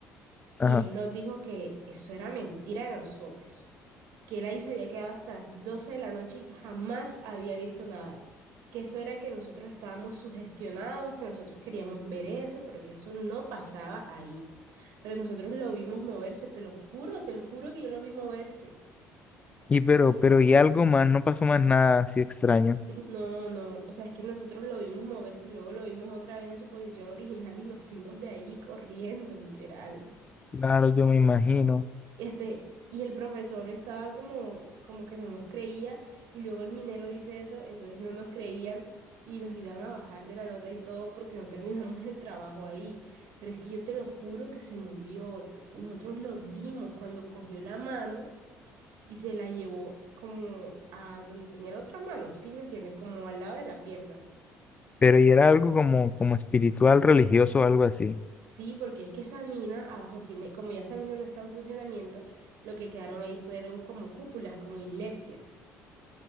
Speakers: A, on the right; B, on the left.
A: Y
B: Ajá.
A: él nos dijo que eso era mentira de nosotros, que él ahí se había quedado hasta las 12 de la noche y que jamás había visto nada, que eso era que nosotros estábamos sugestionados, que nosotros queríamos ver eso, pero que eso no pasaba ahí. Pero nosotros lo vimos moverse, te lo juro, te lo juro que yo lo vi moverse.
B: Y pero, pero y algo más, no pasó más nada así extraño.
A: No, no, o sea, es que nosotros lo vimos moverse y luego lo vimos otra vez en su posición original y nos fuimos de ahí corriendo, literal.
B: Claro, yo me imagino.
A: Este, y el profesor estaba como, como que no nos creía, y luego el minero dice eso, entonces no nos creían y nos iban a bajar de la nota y todo porque no <laughs> terminamos el trabajo ahí. Pero es que yo te lo juro que se movió. te- Nosotros lo vimos cuando cogió la mano y se la llevó como a donde tenía la otra mano, ¿sí me entiendes? Como al lado de la pierna.
B: Pero y era algo como, como espiritual, religioso, algo así.
A: Sí, porque es que esa mina abajo tiene, como ya esa mina no está en funcionamiento, lo que quedaron ahí fueron como cúpulas, como iglesias.